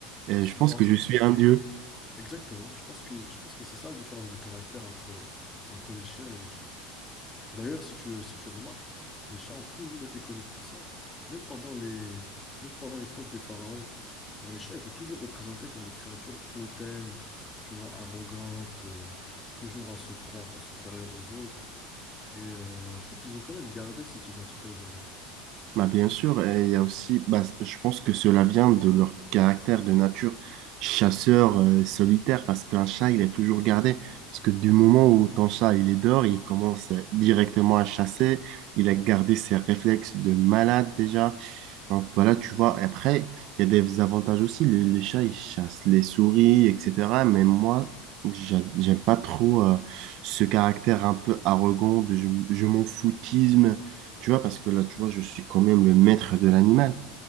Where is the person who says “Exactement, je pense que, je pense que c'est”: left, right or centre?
Left